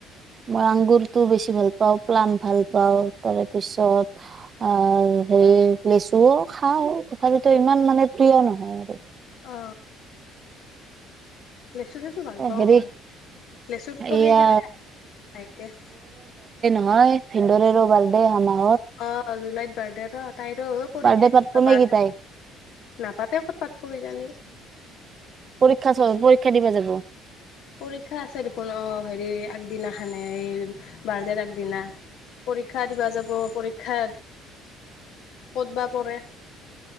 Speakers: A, on the right (about 30°); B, on the left (about 65°).
A: মই আংগুৰটো বেছি ভাল পাওঁ, প্লাম ভাল পাওঁ, তাৰ পিছত আহ হেৰি লেচুও খাওঁ তথাপিতো ইমান মানে প্ৰিয় নহয় আৰু।
B: অ লেচু চেচু ভাল পাওঁ
A: হেৰি
B: মই, লেচুটোতো
A: এয়া
B: সেইহে খাই ভাইকে-
A: অ এই ভিন্দৰে ৰ বাৰদে আমাৰ <unintelligible>
B: অ জুলাই চডে ৰা <unintelligible> তাইৰো পৰীক্ষা
A: বাৰ্থডে পাতব নে কি তাই?
B: নাপাতে ক'ত পাতক কিজানি
A: পৰীক্ষা চ পৰীক্ষা দিবা যাব।
B: পৰীক্ষা আছে দেখোন অ হেৰি আগদিনাখানে এই বাৰ্ডেৰ আগদিনা পৰীক্ষা দিবা যাব পৰীক্ষা ক'ত বা পৰে